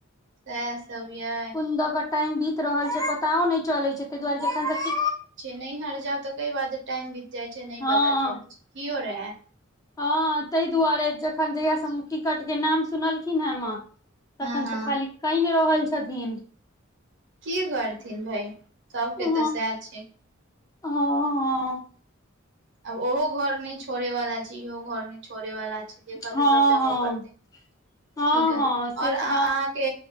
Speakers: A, on the right; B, on the left.
A: सह सबविय
B: कोन दऽ कऽ टाइम बीत रहल छै पताो नहि चलै छै ताहि दुआरे जखन सऽ
A: नहिहर जाउ तऽ कई बाटे टाइम बीत जाइ छै नहि
B: हँ
A: पता चलै छै किओ रहैय
B: हँ ताहि दुआरे जखन जहिया सब टिकट के नाम सुनलखिन ह माँ तखन
A: हँ हँ
B: से खाली कायनहि रहल छथिन
A: की करथिन बहिन सबके
B: हँ
A: तऽ सएह छै
B: हँ हँ
A: आब ओहो घर न छोड़े वाला छै इहो घर न छोड़े वाला छै देखय
B: हँ
A: तऽ सब जगह
B: हँ
A: परतै
B: हँ
A: कि करबे
B: हँ से
A: और
B: तऽ
A: अहाँके
B: हँ